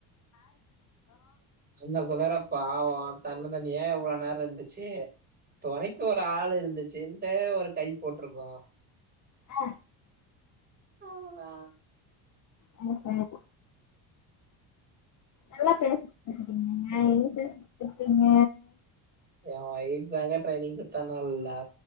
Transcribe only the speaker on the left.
ஆ
ஆ ஆ நல்லா பேச கத்துகிட்டீங்கங்க எங்க பேச கத்துகிட்டீங்க